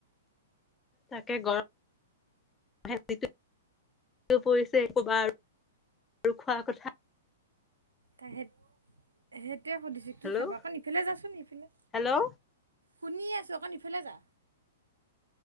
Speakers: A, on the left; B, on the right.
A: তাকে গ <unintelligible> ৰমে পৰিছে ক'ৰবাৰ আৰু খোৱাৰ কথা <unintelligible>
B: তাই সেই সেইটোৱে সুধিছোঁ
A: হেল্ল'
B: কি খাব অকণ ইফালে যাচোন ইফালে
A: হেল্ল' অ
B: শুনিে আছোঁ অকণ ইফালে যা